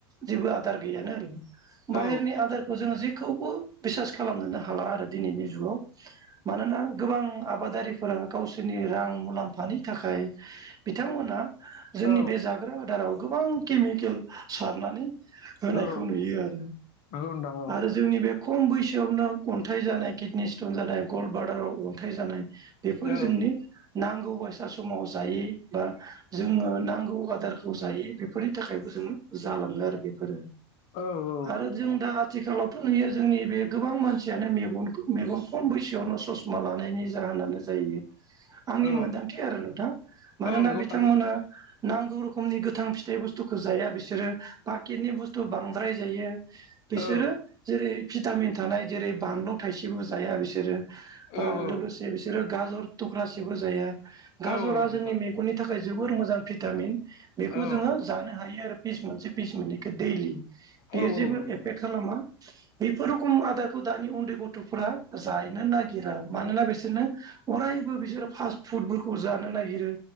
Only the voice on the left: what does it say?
औ
औ
औ
औ नंगौ नोंथां
औ
औ
औ
औ नंगौ
थारैनो
औ
औ औ
औ औ
नोंथां
औ
औ
औ नंगौ नोंथां